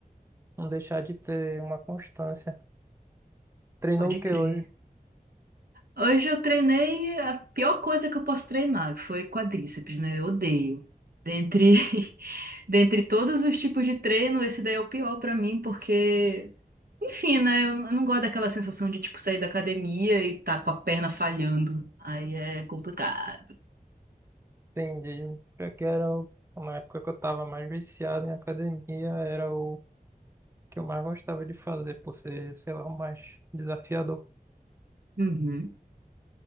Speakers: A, on the right; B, on the right.
A: não deixar de ter uma constância. Treinou
B: Pode
A: o que
B: crer.
A: hoje?
B: Hoje eu treinei a pior coisa que eu posso treinar, que foi quadríceps, né? Eu odeio. Dentre, <laughs> dentre todos os tipos de treino, esse daí é o pior pra mim, porque Enfim, né? Eu eu não gosto daquela sensação de, tipo, sair da academia e tá com a perna falhando. Aí é complicado.
A: Entendi. Já que era o- uma época que eu tava mais viciado em academia, era o que eu mais gostava de fazer, por ser, sei lá, o mais desafiador.
B: Uhum.